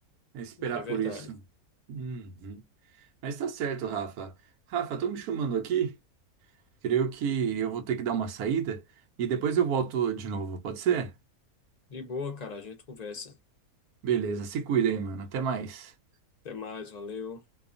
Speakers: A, on the right; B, on the left.
A: É esperar
B: É verdade.
A: por isso. Uhum. Mas tá certo, Rafa. Rafa, estão me chamando aqui. Creio que eu vou ter que dar uma saída e depois eu volto de novo, pode ser?
B: De boa, cara, a gente conversa.
A: Beleza, se cuida aí, mano. Até mais.
B: Até mais, valeu.